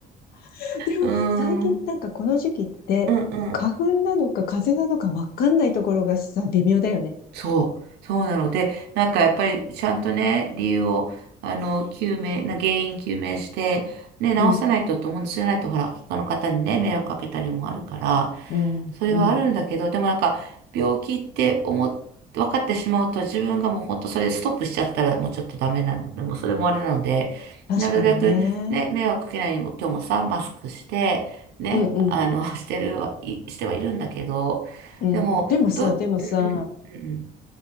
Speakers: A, on the left; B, on the right.
A: <laughs> でも最近なんかこの時期って花粉なのか風邪なのかわかんないところがさ、
B: うーん。うんうん
A: 微妙だよね。
B: そう、そうなので、なんかやっぱりちゃんとね、理由を、あの、究明、な原因究明して、ね、直さないとと思うんです。
A: うん、
B: じゃないと、ほら、他の方にね、迷惑かけたりもあるから、
A: うん、
B: それはあるんだけど、
A: うん。
B: でもなんか、病気って思っ、分かってしまうと、自分がもう本当それでストップしちゃったら、もうちょっとダメなので、もうそれもあれなので、
A: 確かにね。
B: なるべくね、迷惑かけないようにも、今日もさ、マスクして、ね、
A: うん、うん、
B: あの、<laughs> してるは、いしてはいるんだけど、
A: うん。
B: でも、
A: でもさ、
B: ど、
A: でもさ、
B: うんうん、うんうん